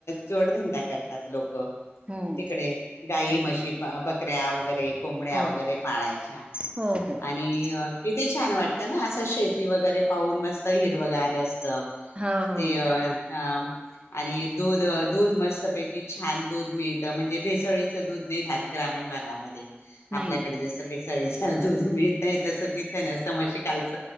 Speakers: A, on the left (about 85°); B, on the right (about 25°).
A: जोडधंदा करतात लोकं
B: हो
A: तिकडे गाई
B: हो
A: म्हशी बकऱ्या वगरे कोंबड्या
B: हो
A: वगैरे पाळायच्या
B: हो हो
A: आणि किती छान वाटतं ना असं शेती वगैरे पाहून मस्त हिरवं गार अस ते
B: हो हो
A: अ आ आणि दूध आ दूध मस्तपैकी छान दूध मिळतं म्हणजे भेसळीचं दूध नाही राहत ग्रामीण भागामध्ये
B: नाही
A: आपल्याकडे
B: नाही
A: जसं भेसळीच दूध मिळतय तसं तिथं नसतं म्हशी खालच.